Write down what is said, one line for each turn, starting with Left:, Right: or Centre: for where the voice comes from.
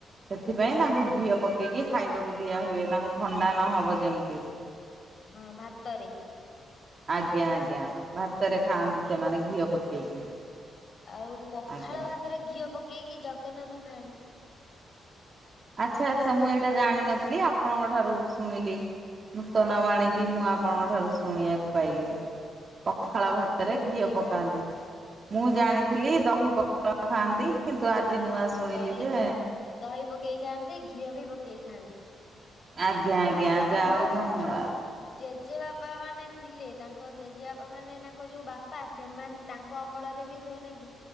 Right: ସେଥିପାଇଁ ତାଙ୍କୁ
Left: ହଁ
Right: ଘିଅ ପକେଇକି ଖାଇବାକୁ ଦିଆ ହୁଏ। ତାଙ୍କୁ ଥଣ୍ଡା ନହବ ଯେମିତି।
Left: ହଁ ଭାତରେ।
Right: ଆଜ୍ଞା ଆଜ୍ଞା ଭାତରେ ଖାଆନ୍ତି
Left: ହଁ
Right: ସେମାନେ ଘିଅ ପକେଇକି।
Left: ଆଉ ପଖାଳ
Right: ଆଜ୍ଞା।
Left: ଭାତରେ ଘିଅ ପକେଇକି ଜଗନ୍ନାଥ ଖାଆନ୍ତି।
Right: ଆଚ୍ଛା ଆଚ୍ଛା ମୁଁ ଏଇଟା ଜାଣିନଥିଲି। ଆପଣଙ୍କ ଠାରୁ ଶୁଣିଲି। ନୂତନ ଆଣିକି
Left: ହୁଁ
Right: ମୁଁ ଆପଣଙ୍କ ଠାରୁ ଶୁଣିବାକୁ ପାଇଲି ପଖାଳ
Left: ହଁ
Right: ଭାତରେ
Left: ପକେଇ
Right: ଘିଅ ପକାନ୍ତି।
Left: ଖାଆନ୍ତି।
Right: ମୁଁ ଜାଣିଥିଲି ଦହି ପଖାଳ ଖାଆନ୍ତି। କିନ୍ତୁ ଆଜି
Left: ହଁ
Right: ନୂଆ ଶୁଣିଲି
Left: ଦହି
Right: ଯେ
Left: ଦହି ପକେଇ ଖାଆନ୍ତି। ଘିଅ ବି ପକେଇ ଖାଆନ୍ତି।
Right: ଆଜ୍ଞା ଆଜ୍ଞା
Left: ଆଉ ଆମର
Right: ଯାହା ହଉ
Left: ସବୁ
Right: ଧନ୍ୟବାଦ।
Left: ଯୋଉ ଜେଜେବାପା ମାନେ ଥିଲେ। ତାଙ୍କ ଜେଜେବାପା ମାନେ ତାଙ୍କ ଯୋଉ ବାପା ସେମାନେ ତାଙ୍କ କ ଅମଳରେ ବି ସେମାନେ ଘି